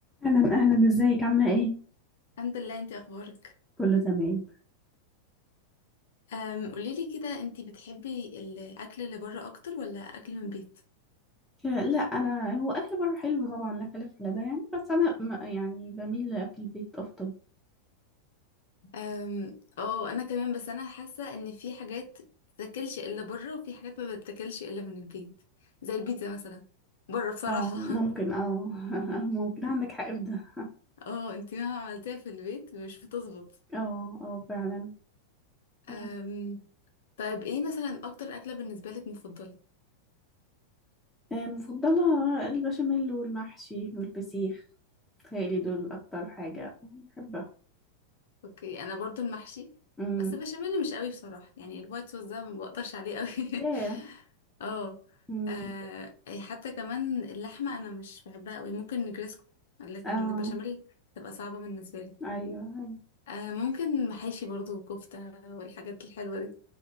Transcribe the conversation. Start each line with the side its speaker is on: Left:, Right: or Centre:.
Centre: اهلا اهلا ازيك عامله ايه
Left: الحمد لله انت اخبارك
Centre: كله تمام
Left: أم قوليلي كده انت بتحبي الاكل اللي بره اكتر ولا اكل من البيت
Centre: آه، لا انا هو اكل بره حلو طبعا لا خلاف على ده يعني بس انا م- يعني بميل لاكل البيت افضل
Left: أم، اه انا كمان بس انا حاسه ان في حاجات بتتاكلش الا بره وفي حاجات ما بتتاكلش الا من البيت زي البيتزا مثلا بره بصراحه
Centre: اه ممكن
Left: <laughs>
Centre: اه <laughs> ممكن عندك حق في ده
Left: اه انت مهما عملتيها في البيت مش بتظبط
Centre: اه اه فعلا فعلا
Left: أم، طيب ايه مثلا اكتر اكله بالنسبه لك مفضله
Centre: آه، مفضله البشاميل والمحشي والفسيخ تهيألي دول اكتر حاجه بحبها
Left: اوكي انا برضو المحشي
Centre: امم
Left: بس بشاميل مش قوي بصراحة يعني الوايت صوص ده ما بقدرش عليه قوي <laughs>
Centre: ايه
Left: اه
Centre: امم
Left: آه، حتى كمان اللحمة انا مش بحبها قوي ممكن نجريسكو لكن
Centre: اه
Left: بشاميل تبقى صعبة بالنسبة لي
Centre: ايوه ايوه
Left: آه ممكن محاشي برضو وكفتة والحاجات الحلوة دي